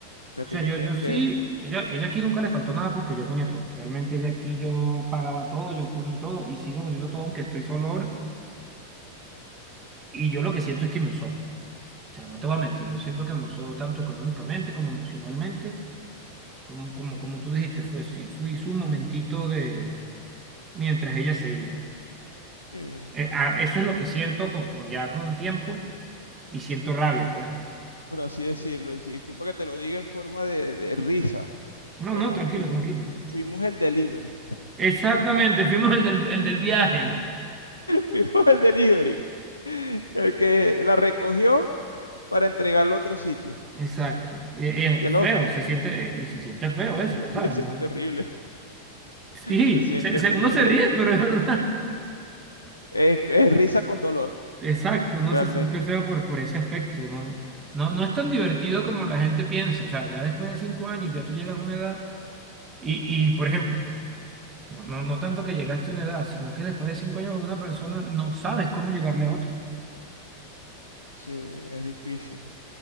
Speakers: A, on the left (about 85°); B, on the right (about 25°).
A: O sea
B: O
A: que
B: sea,
A: yo
B: yo,
A: tengo
B: yo sí,
A: que,
B: ella, ella aquí nunca le faltó nada porque yo ponía todo. Realmente ella aquí yo pagaba todo, yo ponía todo y sigo poniendo todo aunque estoy solo ahora. Y yo lo que siento es que me usó. O sea, no te voy a mentir, yo siento que me usó tanto económicamente como emocionalmente, como, como, como tú dijiste, fue, sí, fui su momentito de mientras ella se iba.
A: eh,
B: Eh, ah, eso es lo que siento con, con ya con un tiempo y siento rabia, pues.
A: por así decirlo, y si- disculpa que te lo diga en forma de, de risa,
B: No,
A: pero
B: no, tranquilo,
A: u-
B: tranquilo.
A: fuimos el delivery.
B: Exactamente, fuimos el del, el del viaje.
A: Fuimos al delivery. El que la recogió para entregarla a otro sitio.
B: Exacto. Eh,
A: Qué
B: eh, feo,
A: loco.
B: se siente, eh, y se siente feo eso,
A: <laughs>
B: ¿sabes?
A: Se
B: No.
A: siente horrible.
B: Sí,
A: Se siente
B: se- se-
A: muy
B: uno
A: horrible.
B: se ríe, pero es verdad.
A: Es, es risa con dolor,
B: Exacto, uno
A: realmente.
B: se siente feo por, por ese aspecto, ¿no? No, no es tan divertido como la gente piensa, o sea, ya después de cinco años ya tú llegas a una edad y, y por ejemplo, no, no, no tanto que llegaste a una edad, sino que después de cinco años con una persona no sabes cómo llegarle a otra.
A: Sí, es difícil.